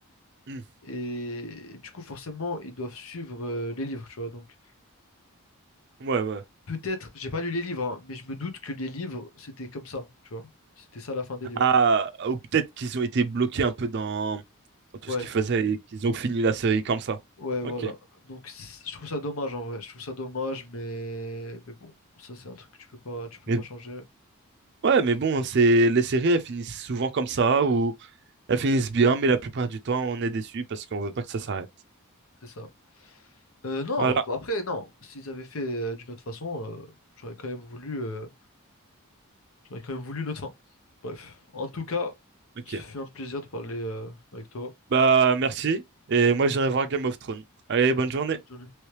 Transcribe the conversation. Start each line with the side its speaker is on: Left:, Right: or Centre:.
Right: Hmm.
Left: Et, du coup, forcément, ils doivent suivre euh, les livres, tu vois. Donc,
Right: Ouais, ouais.
Left: peut-être, j'ai pas lu les livres, hein, mais je me doute que les livres, c'était comme ça, tu vois. C'était ça la fin des livres.
Right: Ah, ou peut-être qu'ils ont été bloqués un peu dans, dans tout
Left: Ouais,
Right: ce qu'ils faisaient et qu'ils ont fini la série comme ça.
Left: ouais, voilà.
Right: Ok.
Left: Donc, c'est- je trouve ça dommage, en vrai. Je trouve ça dommage, mais, mais bon, ça, c'est un truc que tu peux pas, tu peux
Right: Mais
Left: pas changer,
Right: ouais, mais bon, c'est les séries, elles finissent souvent comme ça, ou elles finissent bien, mais la plupart du temps, on est déçu parce qu'on veut pas que ça s'arrête.
Left: c'est ça. Euh, non,
Right: Voilà.
Left: enfin, après, non. S'ils avaient fait euh, d'une autre façon, euh, j'aurais quand même voulu, euh, j'aurais quand même voulu notre fin. Bref, en tout cas,
Right: Ok.
Left: ce fut un plaisir de parler euh, avec toi.
Right: Bah, merci. Et moi, j'irai voir Game of Thrones. Allez, bonne journée.
Left: Bonne journée.